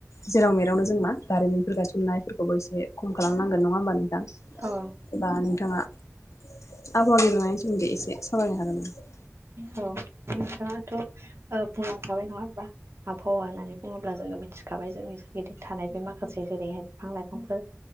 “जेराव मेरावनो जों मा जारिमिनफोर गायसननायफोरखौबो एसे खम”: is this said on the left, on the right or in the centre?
Left